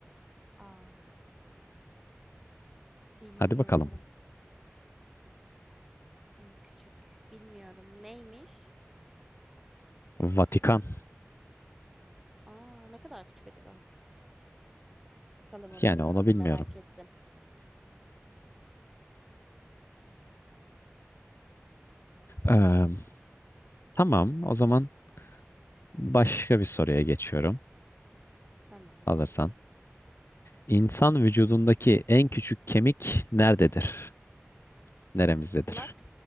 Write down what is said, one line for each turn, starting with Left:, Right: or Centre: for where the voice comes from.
Centre: Aa, bilmiyorum.
Left: Hadi bakalım.
Centre: En küçük. Bilmiyorum. Neymiş?
Left: Vatikan.
Centre: Aa, ne kadar küçük acaba? Bakalım ona
Left: Yani
Centre: bir sonra
Left: onu bilmiyorum.
Centre: merak ettim.
Left: Ee, tamam. O zaman başka bir soruya geçiyorum.
Centre: Tamam.
Left: Hazırsan. İnsan vücudundaki en küçük kemik nerededir? Neremizdedir?
Centre: Kulak.